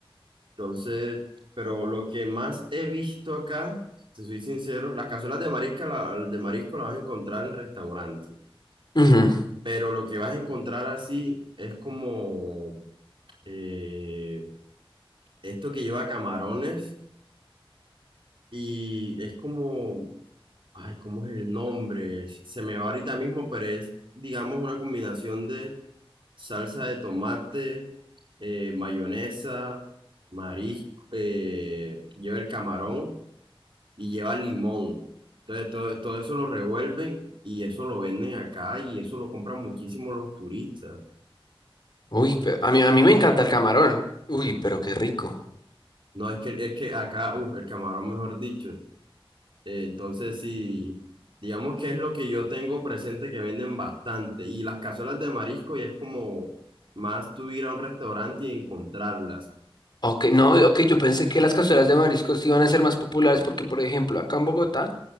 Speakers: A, on the right; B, on the left.
A: Entonces, pero lo que más he visto acá, si soy sincero, las cazuelas de marisco, la, de marisco las vas a encontrar en restaurantes,
B: Ujú.
A: pero lo que vas a encontrar así es como... eh, Esto que lleva camarones y es como, ay, ¿cómo es el nombre? Se me va ahorita mismo, pero es, digamos, una combinación de salsa de tomate, eh, mayonesa, marisco, eh, lleva el camarón y lleva limón. Entonces, todo, todo eso lo revuelven y eso lo venden acá y eso lo compran muchísimo los turistas.
B: Uy, pero a mí, a mí me encanta el camarón. Uy, pero qué rico.
A: No, es que, es que acá, uf, el camarón, mejor dicho. Eh, entonces, sí, digamos que es lo que yo tengo presente que venden bastante. Y las cazuelas de marisco ya es como más tú ir a un restaurante y encontrarlas.
B: Ok, no, ok, yo pensé que las cazuelas de mariscos iban a ser más populares porque, por ejemplo, acá en Bogotá